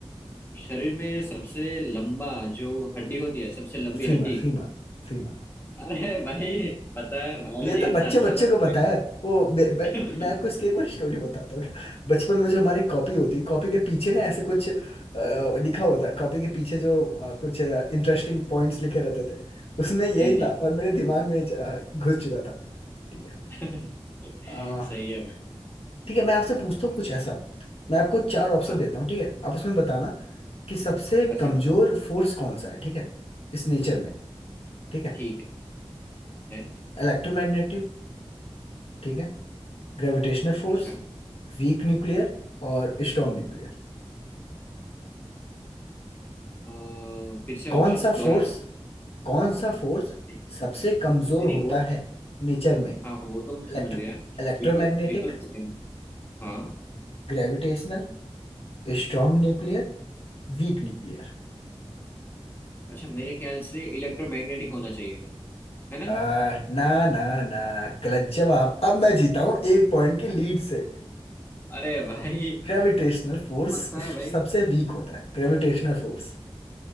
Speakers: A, on the left (about 20°); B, on the left (about 70°).
A: शरीर में सबसे लंबा जो हड्डी होती है सबसे लंबी
B: Femur
A: हड्डी
B: femur फीमर
A: अरे भाई पता है बायोलॉजी
B: ये तो
A: इतना
B: बच्चे
A: अच्छा
B: बच्चे
A: था
B: को पता
A: भाई।
B: है वो बे- बे-
A: <laughs>
B: मैं आपको इसकी एक बार स्टोरी बताता हूँ बचपन में जो हमारी कॉपी होती कॉपी के पीछे ना ऐसे कुछ अ, लिखा होता कॉपी के पीछे जो अ, कुछ इंटरेस्टिंग पॉइंट्स लिखे रहते थे उसमें यही
A: जी जी
B: था और मेरे दिमाग में अ, घुस चुका था ठीक है
A: <laughs>
B: अ,
A: सही है भाई
B: ठीक है मैं आपसे पूछता हूँ कुछ ऐसा मैं आपको चार ऑप्शन
A: हाँ
B: देता हूँ ठीक है आप उसमें बताना कि सबसे
A: अच्छा
B: कमजोर फोर्स कौन सा है ठीक है इस नेचर में ठीक है
A: ठीक है
B: इलेक्ट्रोमैग्नेटिव ठीक है Gravitational force
A: अच्छा
B: Weak nuclear और स्ट्रॉन्ग न्यूक्लियर
A: अ, फिर से ऑप्शन
B: कौन सा
A: दोहराना
B: फोर्स कौन सा फोर्स
A: नहीं
B: सबसे कमजोर
A: नहीं
B: होता
A: वो
B: है नेचर में
A: हाँ वो
B: Electro
A: तो मैं समझ गया
B: electromagnetic
A: विकल्प विकल्प हाँ
B: Gravitational Strong nuclear Weak nuclear
A: अच्छा मेरे ख्याल से इलेक्ट्रोमैग्नेटिक होना चाहिए है ना
B: आ, ना ना ना गलत जवाब अब मैं जीता हूँ एक पॉइंट के लीड से
A: अरे भाई
B: ग्रेविटेशनल फोर्स
A: कौन सा भाई
B: सबसे वीक होता है ग्रेविटेशनल फोर्स